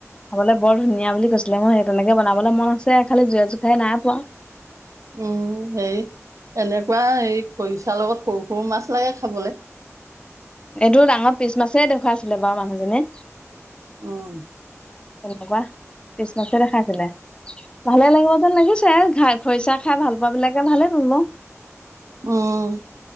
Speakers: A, on the left (about 20°); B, on the right (about 75°).
A: খাবলে বৰ ধুনীয়া বুলি কৈছিলে মই সেই তেনেকে বনাবলৈ মন আছে খালি জুই জোখাই নাই পোৱা।
B: উম, হেৰি এনে কৰা এই খৰিচাৰ লগত সৰু - সৰু মাছ লাগে খাবলৈ।
A: এইটো ডাঙৰ পিচ মাছেই দেখুৱাইছিলে বাৰু মানুহজনীয়ে।
B: উম।
A: তেনেকুৱা পিছনাাছে দেখাইছিলে ভালে লাগিব যেন লাগিছে ঘ খৰিচা খাই ভাল পোৱা বিলাকে ভালে পাব ন।
B: উম্।